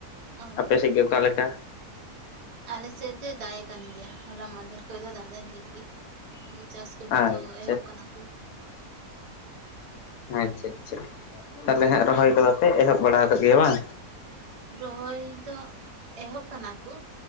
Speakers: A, on the right (about 35°); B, on the left (about 75°).
A: ᱚ
B: ᱟᱯᱮ ᱥᱮᱫ ᱜᱮ ᱚᱠᱟ ᱞᱮᱠᱟ?
A: ᱟᱞᱮᱥᱮᱫ ᱫᱚᱭ ᱫᱟᱜ ᱮᱫ ᱠᱟᱱ ᱜᱮᱭᱟ᱾ ᱦᱚᱞᱟ ᱢᱟᱫᱷᱮᱨ ᱠᱷᱚᱡ ᱫᱚ ᱫᱟᱜ ᱫᱚ ᱰᱷᱮᱨ ᱜᱮ ᱟᱰᱤ ᱪᱟᱥ ᱠᱟᱹᱢᱤ
B: ᱟᱪᱪᱷᱟ
A: ᱫᱚ ᱮᱦᱚᱵᱽ ᱠᱟᱱᱟ ᱠᱩ
B: ᱟᱪᱪᱷᱟᱻᱪᱷᱟ ᱛᱟᱦᱞᱮ ᱦᱟᱸᱜ ᱨᱚᱦᱚᱭ ᱠᱚᱫᱚ ᱯᱮ ᱮᱦᱚᱵᱽ ᱵᱟᱲᱟ ᱟᱠᱟᱫ ᱜᱮᱭᱟ ᱵᱟᱝ
A: ᱨᱚᱦᱚᱭ ᱫᱚ ᱮᱦᱚᱵᱽ ᱠᱟᱱᱟ ᱠᱩ